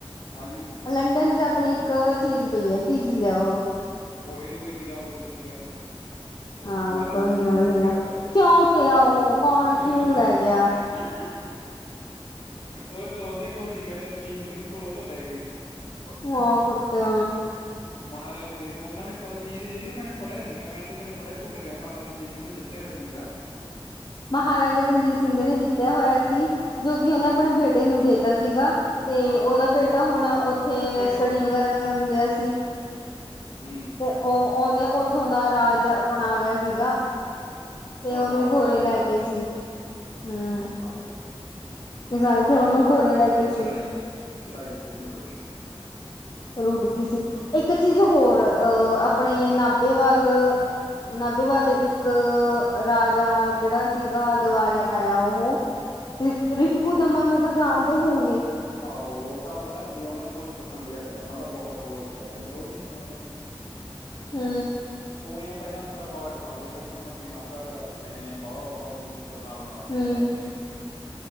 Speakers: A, on the left (about 80°); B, on the left (about 45°).
A: ਹਾਂਜੀ
B: ਲੰਡਨ 'ਚ ਆਪਣੀ ਇੱਕ ਚੀਜ਼ ਪਈ ਹੈ, ਕੀ ਚੀਜ਼ ਹੈ ਉਹ
A: ਕੋਹੀ ਨੂਰ ਹੀਰਾ ਹੋਰ ਕੀ ਪਿਆ ਉਥੇ
B: ਹਾਂ
A: ਮਹਾਰਾਜਾ
B: ਕੋਈ
A: ਰਣਜੀਤ ਸਿੰਘ
B: ਨਾ
A: ਦਾ
B: ਹੀਰਾ
A: ਪਹਿਰਾਵਾ ਵੀ
B: ਕਿਉਂ ਪਿਆ ਉਹ ਕੌਣ
A: ਹਹ
B: ਕਿਉਂ
A: ਲੈ
B: ਗਿਆ
A: <inaudible> ਉਹ ਉਹਦੇ ਕੋਲ ਗਏ ਦਲੀਪ ਸਿੰਘ ਕੋਲ ਉਹ ਤੋਂ ਲੈ ਗਏ
B: ਹਮ ਪਤਾ
A: ਮਹਾਰਾਜ ਤੇ ਉਹਨਾਂ ਨੇ ਪਤਾ ਨਹੀਂ ਇਹ ਮੈਂ ਪੜ੍ਹਿਆ ਸੀਗਾ ਮੈਂ ਇਹਦੇ ਬਾਰੇ ਥੋੜਾ ਭੁੱਲ ਗਿਆ ਮਹਾਰਾਜਾ ਰਣਜੀਤ ਸਿੰਘ ਨੇ ਜਿੱਤਿਆ ਹੋਇਆ ਸੀਗਾ
B: ਮਹਾਰਾਜਾ ਰਣਜੀਤ ਸਿੰਘ ਨੇ ਜਿੱਤਿਆ ਹੋਇਆ ਸੀ ਜੋ ਕਿ ਉਹਨੇ ਆਪਣੇ ਬੇਟੇ ਨੂੰ ਦੇਤਾ ਸੀਗਾ ਤੇ
A: ਹਾਂ
B: ਉਹਦਾ
A: ਹਾਂ
B: ਬੇਟਾ ਹੁਣ ਉੱਥੇ
A: ਤੇ
B: ਸਟੱਡੀ
A: ਹਾਂ
B: ਵਗੈਰਾ ਕਰਨ ਗਿਆ ਸੀ
A: ਹਮ
B: ਓ ਓਹਨੇ ਉਥੋਂ ਦਾ ਰਾਜ ਅਪਣਾ ਲਿਆ ਸੀਗਾ, ਤੇ
A: ਆਹ
B: ਉਹਨੂੰ
A: ਬਾਲ
B: ਗੋਰੇ
A: ਕਟਾਤੇ
B: ਲੈ ਗਏ ਲੈ ਗਏ ਸੀ ਹਮ
A: ਹਾਂ ਲੈ ਗਏ
B: ਤੇ ਸਾਰੇ ਫਿਰ ਉਹਨੂੰ
A: ਤਾਂ
B: ਗੋਰੇ
A: ਕਰਕੇ ਇਹਨਾਂ
B: ਲੈ
A: ਦੀ
B: ਗਏ
A: ਚੜਾਈ,
B: ਸੀ
A: ਚੜਾਈ ਜਿਹੜੀ ਉੱਡਦੀ
B: ਫਿਰ ਉੱਡ ਗਈ ਸੀ, ਇੱਕ ਚੀਜ਼ ਹੋਰ ਅਹ ਆਪਣੇ
A: ਕਿਹਾ ਹਾਂ
B: ਨਾਭੇ
A: ਹਾਂ
B: ਵੱਲ
A: ਹਮ,
B: ਨਾਭੇ ਵਾਲੇ ਇੱਕ ਰਾਜਾ ਜੇੜਾ ਸੀਗਾ ਦਵਾਰੇ ਆਇਆ ਉਹ ਰਿ
A: ਅੱਛਾ
B: ਰਿਪੂ ਦਮਨ ਨੂੰ ਤਾਂ ਜਾਣਦੇ ਹੋੋਂਗੇ।
A: ਆਹੋ ਤਾਂ ਪਤਾ ਕੀ ਆ ਓ ਨੇ ਕੋਈ ਪਖੰਡ ਜਿਹਾ ਕਰਿਆ ਉਹਨਾ ਦਾ ਬਹੁਤ ਟਰੋਲ ਚੱਲਿਆ ਤੇੇ ਟਰੋਲ ਨੀ ਸੁਣਿਆ ਉਹਦਾ
B: ਹੂੰ
A: ਉਹੀ ਓ ਪੈਲਾਂ ਮੁੰਡਾ ਬਾਲ ਕਟਾਉਂਦਾ ਹੀ ਕੈਂਦੇ ਹੁਣ ਨਾਭਾ ਰਿਆਸਤ ਤੈ ਵਾਹ-ਵਾਹ ਈ। ਗੱਲਾਂ ਬਣਾਂਤੀਆਂ
B: ਹੂੰ
A: ਉਹਨਾਂ ਨੇ